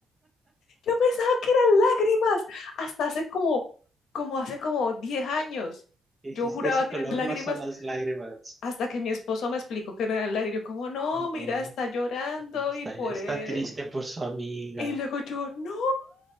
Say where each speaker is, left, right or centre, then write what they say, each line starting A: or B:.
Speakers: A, on the left; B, on the right.
A: Yo pensaba que eran lágrimas. Hasta hace como, como hace como 10 años.
B: Y
A: Yo
B: Dijiste,
A: juraba
B: ese
A: que
B: color
A: eran lágrimas
B: no son las lágrimas.
A: Hasta que mi esposo me explicó que no era el lago, yo como, no, mira,
B: No.
A: está llorando
B: Está,
A: y por
B: está
A: él.
B: triste por su amiga.
A: Y luego yo, no,